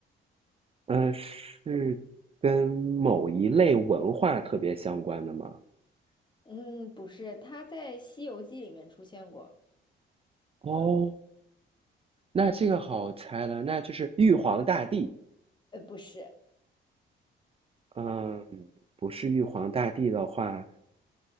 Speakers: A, on the right; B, on the left.
A: 呃，是跟某一类文化特别相关的吗？
B: <laughs> 嗯，不是，它在《西游记》里面出现过，
A: 哦，那这个好猜了，那就是玉皇大帝。
B: 呃，不是，
A: 嗯，不是玉皇大帝的话，